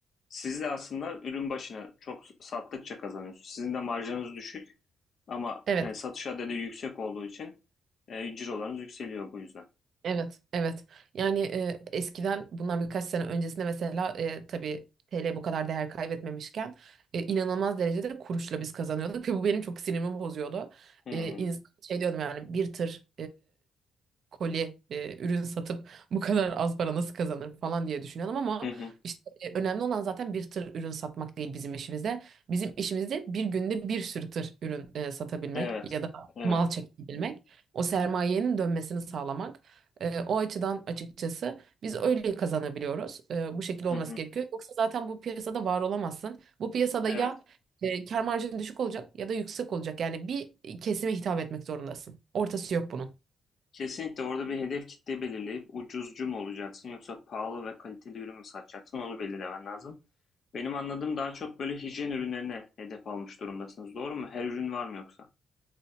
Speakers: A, on the left; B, on the right.
A: Siz de aslında ürün başına çok sattıkça kazanıyorsunuz. Sizin de marjınız düşük ama
B: Evet,
A: e, satış adedi yüksek olduğu için e, cirolarınız yükseliyor bu yüzden.
B: evet, evet. Yani e, eskiden bundan birkaç sene öncesinde mesela e, tabii TL bu kadar değer kaybetmemişken e, inanılmaz derecede kuruşla biz kazanıyorduk ve bu benim çok sinirimi bozuyordu.
A: Hmm.
B: E, insan şey diyordum yani bir tır koli e, ürün satıp bu kadar az para nasıl kazanır falan diye düşünüyordum ama
A: Hı hı.
B: işte e, önemli olan zaten bir tır ürün satmak değil bizim işimizde. Bizim işimizde bir günde bir sürü tır ürün e, satabilmek
A: Evet.
B: ya da
A: Evet.
B: mal çekebilmek, o sermayenin dönmesini sağlamak. E, o açıdan açıkçası biz öyle kazanabiliyoruz. E, bu şekilde olması
A: Hı hı.
B: gerekiyor. Yoksa zaten bu piyasada var olamazsın. Bu piyasada
A: Evet.
B: ya e, kâr marjın düşük olacak ya da yüksek olacak. Yani bir kesime hitap etmek zorundasın. Ortası yok bunun.
A: Kesinlikle orada bir hedef kitle belirleyip ucuzcu mu olacaksın yoksa pahalı ve kaliteli ürün mü satacaksın onu belirlemen lazım. Benim anladığım daha çok böyle hijyen ürünlerine hedef almış durumdasınız. Doğru mu? Her ürün var mı yoksa?